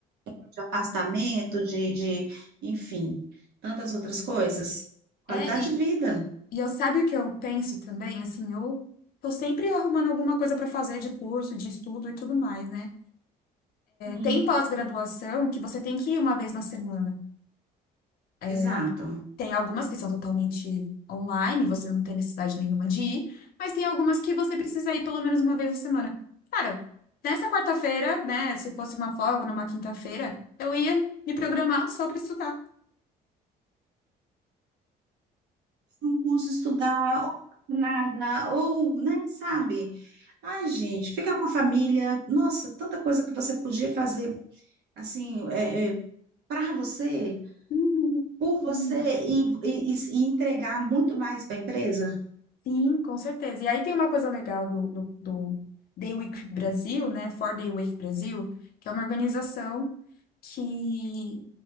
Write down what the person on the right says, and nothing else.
de afastamento, de, de, enfim, tantas outras coisas. Qualidade
de vida.
Sim.
Exato.
um curso estudar, ou nada, ou, né, sabe? Ai, gente, ficar com a família, nossa, tanta coisa que você podia fazer, assim, é, é, para você,
por você,
e, e, e entregar muito mais para a empresa.